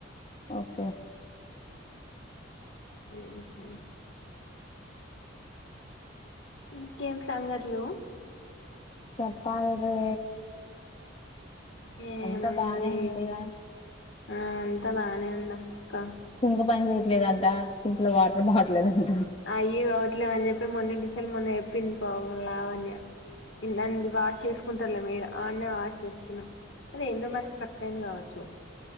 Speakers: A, on the left; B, on the left.
A: ఓకే
B: హ్మ్ హు ఇంకేం సంగత్లు
A: చెప్పాల్ రే
B: ఏముంది
A: అంత బానే వుంది గా
B: ఆ అంతా బానే ఉన్నా అక్క
A: సింక్ పని చేయట్లేదంట సింక్ లో వాటర్ పోవట్లేదంట
B: అయ్యో అవట్లేవ అని చెప్పి మొన్న టీచర్ మొన్న చెప్పింది పాపం లావణ్య అంది వాష్ చేసుకుంటారులే ఈడ ఆడనే వాష్ చేస్తున్నాం అదే ఏందో మరి స్ట్రక్ అయింది కావచ్చు